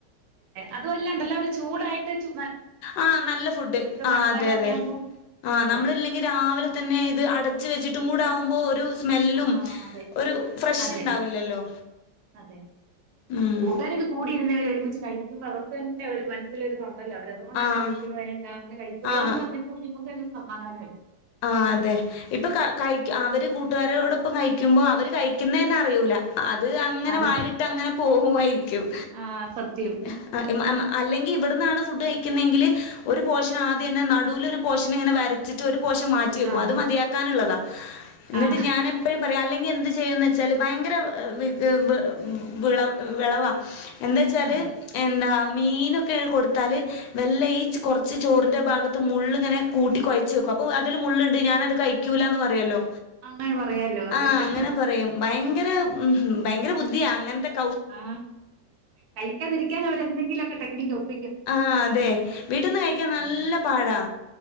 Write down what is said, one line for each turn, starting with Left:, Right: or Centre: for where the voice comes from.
Right: അതുമല്ലാണ്ടല്ല ഒരു ചൂടായി <unintelligible>
Left: ആ നല്ല ഫുഡ് ആ
Right: മഴക്കാലം
Left: അതെ
Right: ഒക്കെ
Left: അതെ
Right: ആവുമ്പോ
Left: ആ
Right: അതെ
Left: നമ്മളല്ലെങ്കിൽ രാവിലെ തന്നെ ഇത് അട ച്ച വച്ചിട്ടും കൂടെ ആകുമ്പോൾ ഒരു സ്മെല്ലും
Right: ആ അതെ
Left: ഒരു ഫ്രഷ്
Right: അതെ
Left: ഇണ്ടാവില്ലല്ലോ.
Right: അതെ
Left: ഉം.
Right: കൂട്ടുകാരൊക്കെ കൂടിയിരുന്നവരെ ഒരുമിച്ച് കഴി <unintelligible> അവർക്ക് തന്നെ ഒരു മനസ്സലു ഒരിതുണ്ട് അല്ല അവര അതുകൊണ്ടാണ്
Left: ആഹ്.
Right: വിക്ക വേണ്ട അനെ കഴിച്ചോള
Left: ആഹ്
Right: എന്ന് പറഞ്ഞ <unintelligible> <unintelligible> സമാധാനം ആയി
Left: ആ അതെ ഇപ്പൊ കൈ കയ്യ്ക്കു അവര് കൂ കൂട്ടുകാരോടൊപ്പം കഴിക്കുമ്പോ അവര് കഴിക്കുന്ന തന്നെ അറിയൂല അത് അങ്ങനെ
Right: അതെ
Left: വായിലിട്ട് അങ്ങനെ പോവായിരിക്കും
Right: ആ സത്യം
Left: <unintelligible> അല്ലങ്കിൽ ഇവിട്ന്നാണ് ഫുഡ്‌ കഴിക്കുന്നെങ്കിലു ഒരു പോർഷൻ ആദ്യം തന്നെ നടുവിൽ ഒരു പോർഷൻ ഇങ്ങനെ വരച്ചിട്ട് ഒരു പോർഷൻ മാ റ്റി വെക്കും
Right: ആ
Left: അത് മതിയാക്കാനുള്ളതാ എന്നിട്ട്
Right: ആ
Left: ഞാൻ എപ്പഴും പറയാം അല്ലെങ്കിൽ എന്ത് ചെയ്യുന്നവെച്ചാല് ഭയകര വ് വ് വീ വിള വിളവ എന്താ വച്ചാല്
Right: ആ
Left: എന്താ മീനൊക്കെ കൊട്ത്താൽ മെല്ലെ യിച്ച് കൊറച്ച് ചോറിന്റെ ഭാഗത്ത് മുള്ള്ങ്ങനെ കൂട്ടി കൊയച് വെക്കും അപ്പോ അത് ഇത് മുള്ള് ണ്ട് ഞാനത് കഴികൂലന്ന് പറയല്ലോ
Right: അങ്ങനെ പറയാലോ അതെ
Left: ആ
Right: അതെ
Left: അങ്ങനെ പറയും ഭയങ്കര ഭയങ്കര ബുദ്ധിയാ അങ്ങൻത്തക്കെ
Right: ആ കഴിക്കാതിരിക്കാൻ അവര് ന്തങ്കിലൊക്കെ ടെക് <unintelligible>
Left: ആ അതെ വീട്ട്ന്ന് കഴിക്കാൻ നല്ല
Right: ആ,
Left: പാടാ